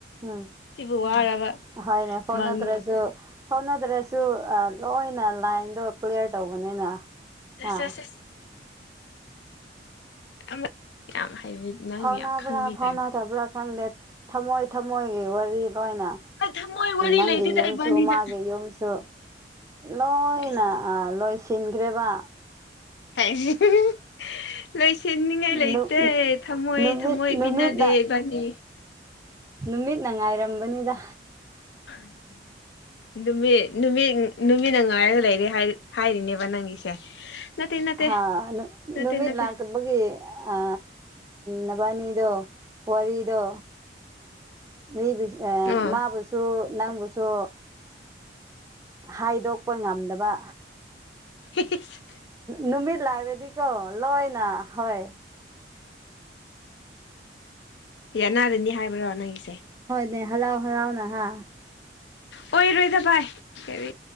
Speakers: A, on the right; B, on the left.
A: ꯎꯝ
B: ꯁꯤꯕꯨ ꯋꯥꯔꯕ
A: ꯍꯣꯏꯅꯦ ꯐꯣꯟꯅꯠꯇ꯭ꯔꯁꯨ
B: ꯃꯪꯗꯨꯕꯨ
A: ꯐꯣꯟꯅ ꯗ꯭ꯔꯁꯨ ꯑ ꯂꯣꯏꯅ ꯂꯥꯏꯟꯗꯣ ꯀ꯭ꯂꯤꯌꯥꯔ ꯇꯧꯕꯅꯤꯅ
B: ꯁꯦꯁ
A: ꯍꯥ
B: ꯁꯦꯁ ꯑꯃ ꯌꯥꯝ ꯍꯩꯕꯤ ꯅꯪ
A: ꯐꯥꯎꯅꯥꯕ꯭ꯔꯥ
B: ꯌꯥꯝ ꯈꯪꯕꯩ
A: ꯐꯥꯎꯅꯥꯗꯕ꯭ꯔꯥ
B: ꯇꯥꯏꯞꯇ
A: ꯈꯪꯗꯦ ꯊꯝꯃꯣꯏ ꯊꯝꯃꯣꯏꯒꯤ ꯋꯥꯔꯤ ꯂꯣꯏꯅ
B: ꯑꯩ ꯊꯃꯣꯏ ꯋꯥꯔꯤ
A: ꯅꯪꯒꯤ
B: ꯂꯩꯇꯦꯗ
A: ꯌꯨꯝꯁꯨ
B: ꯏꯕꯥꯅꯤꯗ
A: ꯃꯥꯒꯤ ꯌꯨꯝꯁꯨ ꯂꯣꯏꯅ
B: ꯑꯁ
A: ꯑ ꯂꯣꯏ ꯁꯤꯟꯈ꯭ꯔꯦꯕ
B: ꯍꯥꯏꯁꯦ <unintelligible> ꯂꯣꯏꯁꯤꯟꯅꯤꯉꯥꯏ ꯂꯩꯇꯦ
A: ꯅꯨ
B: ꯊꯝꯃꯣꯏ
A: ꯅꯨꯃꯤꯠ
B: ꯊꯝꯃꯣꯏ
A: ꯅꯨꯃꯤꯠꯅ
B: ꯄꯤꯅꯗꯦ ꯏꯕꯥꯅꯤ
A: ꯅꯨꯃꯤꯠꯅ ꯉꯥꯏꯔꯝꯕꯅꯤꯗ
B: <unintelligible> ꯅꯨꯃꯤꯠ ꯅꯨꯃꯤꯠ ꯅꯨꯃꯤꯠꯅ ꯉꯥꯏꯔꯒ ꯂꯩꯔꯦ ꯍꯥꯢꯔ ꯍꯥꯏꯔꯤꯅꯦꯕ ꯅꯪꯒꯤꯁꯦ ꯅꯠꯇꯦ ꯅꯠꯇꯦ
A: ꯍꯥ ꯅꯨ
B: ꯅꯠꯇꯦ
A: ꯅꯨꯃꯤꯠ
B: ꯅꯠꯇꯦ
A: ꯂꯥꯛꯇꯕꯒꯤ ꯑ ꯅꯕꯥꯟꯅꯤ ꯗꯣ ꯋꯥꯔꯤꯗꯣ ꯃꯤꯕꯨ ꯑ
B: ꯑꯥ
A: ꯃꯥꯕꯨꯁꯨ ꯅꯪꯕꯨꯁꯨ ꯍꯥꯏꯗꯣꯛꯄ ꯉꯝꯗꯕ
B: ꯍꯦꯍꯦꯁ
A: ꯅꯨꯃꯤꯠ ꯂꯥꯛꯂꯗꯤꯀꯣ ꯂꯣꯏꯅ ꯍꯣꯏ
B: <unintelligible> ꯍꯥꯏꯕ꯭ꯔꯣ ꯅꯪꯒꯤꯁꯦ
A: ꯅꯦ ꯍꯔꯥꯎ ꯍꯔꯥꯎꯅ ꯍꯥ
B: ꯑꯣꯏꯔꯣꯏꯗ ꯚꯥꯏ ꯀꯔꯤ